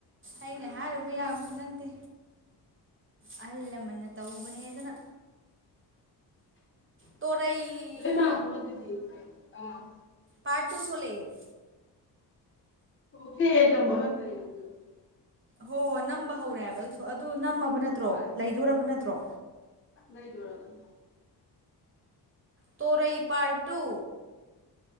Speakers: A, on the right; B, on the left.
A: ꯑꯩꯅ ꯍꯥꯏꯔꯨꯕ ꯌꯥꯕꯁꯨ ꯅꯠꯇꯦ ꯑꯍꯜ ꯂꯃꯟꯅ ꯇꯧꯕꯅꯦꯗꯅ ꯇꯣꯔꯩ
B: <unintelligible>
A: ꯄꯥꯔ ꯇꯨ ꯊꯣꯂꯦ
B: <unintelligible>
A: ꯍꯣꯏ ꯍꯣꯏ ꯅꯝꯕ ꯍꯧꯔꯦ ꯍꯥꯏꯕ ꯇꯣ ꯑꯗꯨ ꯅꯝꯃꯕ ꯅꯠꯇ꯭ꯔꯣ
B: ꯍꯣꯏ
A: ꯂꯩꯗꯣꯔꯕ ꯅꯠꯇ꯭ꯔꯣ
B: ꯂꯩꯗꯣꯔꯕꯅꯦ
A: ꯇꯣꯔꯩ ꯄꯥꯔꯠꯇꯨ